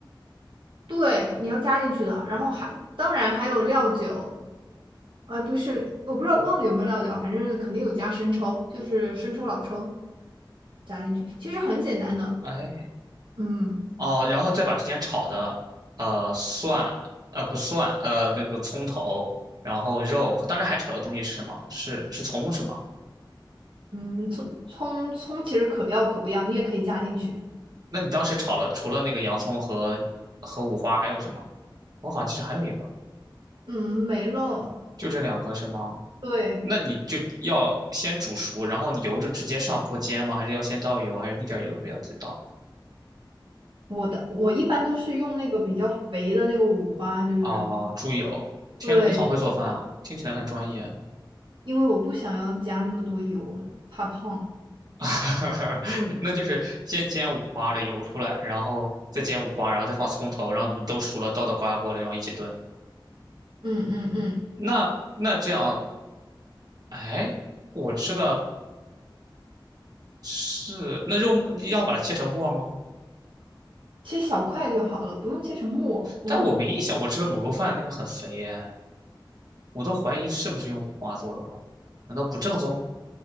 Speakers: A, on the right; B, on the right.
A: 对，你要加进去的，然后还当然还有料酒，哎，不是，我不知道忘了有没有料酒啊，反正肯定有加生抽，就是生抽、老抽加进去，其实很简单的，
B: 哎，
A: 嗯
B: 哦，然后再把之前炒的，呃，蒜，呃，不蒜，呃，那个葱头，然后肉，当时还炒的东西是什么？是是葱是吗？
A: 嗯，葱葱葱其实可要可不要，你也可以加进去，
B: 那你当时炒了，除了那个洋葱和和五花，还有什么？我好像其实还有一个，
A: 嗯，没了。
B: 就这两个是吗？
A: 对，
B: 那你就要先煮熟，然后油就直接上锅煎吗？还是要先倒油，还是一点油都不要再倒？
A: 我的我一般都是用那个比较肥的那个五花，就是
B: 啊，猪油！天呐，
A: 对，
B: 你好会做饭哦，听起来很专业。
A: 因为我不想要加那么多油，怕胖。
B: <laughs> 那就是先煎五花的油出来，然后再煎五花，然后再放葱头，然后你们都熟了，倒到高压锅里，然后一起炖。
A: 嗯嗯嗯，
B: 那那这样，哎，我吃的是那肉末，要把它切成末吗？
A: 切小块就好了，不用切成末。我用
B: 但我没印象，我吃的卤肉饭那个很肥耶，我都怀疑是不是用五花做的了，难道不正宗？